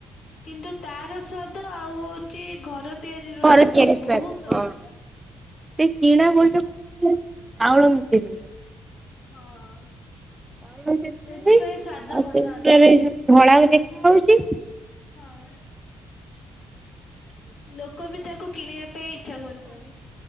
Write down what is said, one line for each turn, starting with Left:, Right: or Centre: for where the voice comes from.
Left: କିନ୍ତୁ ତାର ସ୍ଵାଦ ଆଉ ହଉଛି ଘର ତିଆରି ର
Right: ଘରେ
Left: ସ୍ଵାଦ
Right: ତିଆରି ସ୍ୱାଦ
Left: ବହୁତ
Right: ହଁ।
Left: ଅଲଗା।
Right: ସେ କିଣା ମଇଦାରେ ଚାଉଳ ମିଶେଇ ଦଉଛନ୍ତି।
Left: ହଁ।
Right: କଣ ସେ ଦ
Left: ସେଥିପାଇଁ
Right: ବି
Left: ସ୍ଵାଦ
Right: ଆଉ
Left: ଭଲ
Right: ସେ
Left: ଆସୁନି।
Right: ଦରେ ଧଳା ଦେଖା ହଉଛି।
Left: ହଁ। ଲୋକ ବି ତାକୁ କିଣିବା ପାଇଁ ଇଚ୍ଛା କରୁଛନ୍ତି।